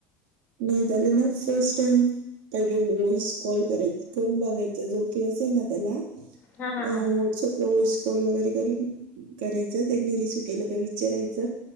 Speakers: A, on the right; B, on the left.
A: नाही, त्याला ना फस्ट टाइम पहिले वॉइस कॉल कराय करून बघायचा. जो, फ्री असेल ना त्याला
B: हा हा
A: अ व्हॉट्स
B: हा
A: ॲप ला व्हॉईस कॉल वगैरे करून करायच त्यांनी रिसव केलं का विचारायच